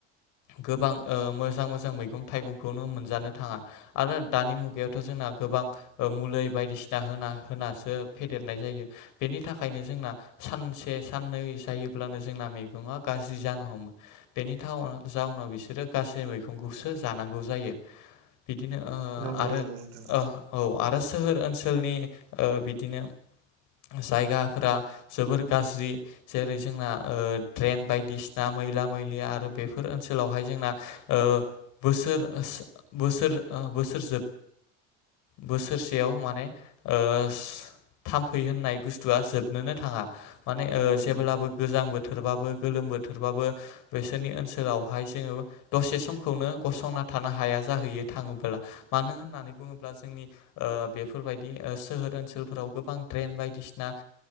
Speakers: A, on the left; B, on the right.
A: गोबां ओ मोजां मोजां मैगं थाइगंखौनो मोनजानो थाङा आरो दानि मुगायावथ' जों ना गोबां ओ मुुलि बायदिसिना होना होनासो फेदेरनाय जायो बेनि थाखायनो जोंना सानसे साननै जायोब्लानो जोंना मैगंङा गाज्रि जानो हमो बेनि थाव जाव नाव बिसोरो गाज्रि मैखंखौसो जानांगौ जायो। बिदिनो ओ
B: नंगौ
A: आरो
B: नंगौ नोंथां
A: ओ औ आ दा सोहोर ओनसोलनि ओ बिदिनो जायगाफोरा जोबोर गाज्रि जेरै जोंना ओ ड्रेन बायदिसिना मैला मैलि आरो बेफोर ओनसोल ओनसोलावहाय जोंना ओ बोसोर स बोसोर बोसोर सो बोसोरसेयाव माने ओस थाम्फै होननाय बुस्थुआ जोबनोनो थाङा माने ओ
B: नंगौ
A: जेब्लाबो
B: नंगौ
A: गोजां बो थोरबाबो गोलोम बोथोरबाबो बिसोरनि ओनसोलावहाय जोङो दसे समखौनो गसंना थानो हाया जाहैयो थाङोब्ला मानो होननानै बुङोब्ला जोंनि ओ बेफोरबायदि सो ओनसोलफोराव गोबां द्रेन बायदिसिना